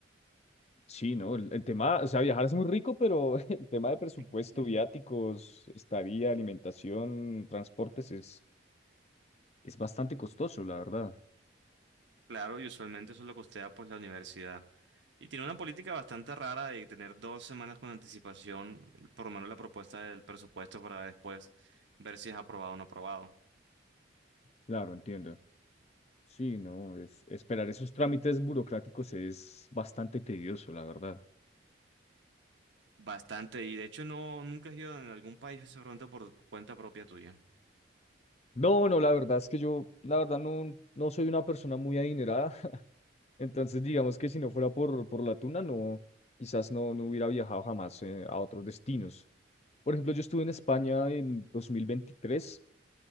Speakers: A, on the left (about 35°); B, on the right (about 70°).
A: Sí, ¿no? El, el tema, o sea, viajar es muy rico, pero <laughs> el tema de presupuesto,
B: Mm.
A: viáticos, estadía, alimentación, transportes es, es bastante costoso, la verdad.
B: claro, y usualmente eso es lo costea pues la universidad. Y tiene una política bastante rara de tener dos semanas con anticipación, por lo menos la propuesta del presupuesto para después ver si es aprobado o no aprobado.
A: Claro, entiendo. Sí, no, es, esperar esos trámites burocráticos es bastante tedioso, la verdad.
B: Bastante, y de hecho no, nunca has ido a algún país ese pronto por cuenta propia tuya.
A: No, no, la verdad es que yo, la verdad, no, no soy una persona muy adinerada. <laughs> Entonces, digamos que si no fuera por, por la tuna, no, quizás no, no hubiera viajado jamás eh, a otros destinos. Por ejemplo, yo estuve en España en 2023.